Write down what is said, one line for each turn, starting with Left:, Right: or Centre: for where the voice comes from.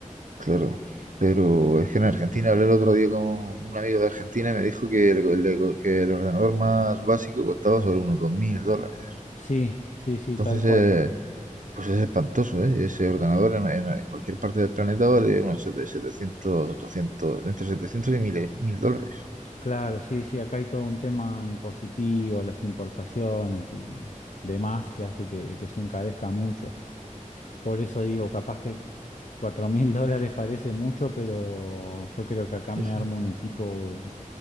Right: claro. Pero es que en Argentina hablé el otro día con un amigo de Argentina y me dijo que el, el- que el ordenador más básico costaba sobre unos 2.000 dólares.
Left: Sí, sí, sí,
Right: Entonces,
Left: tal cual.
Right: eh, pues es espantoso, ¿eh? Ese ordenador en, en cualquier parte del planeta vale unos sete- 700, 800, entre 700 y mil mil dólares.
Left: Claro, sí, sí, acá hay todo un tema impositivo, las importaciones y demás que hace que, que se encarezca mucho. Por eso digo, capaz que cuatro mil <laughs> dólares parece mucho, pero yo creo que acá
Right: Sí,
Left: me
Right: sí.
Left: armo un equipo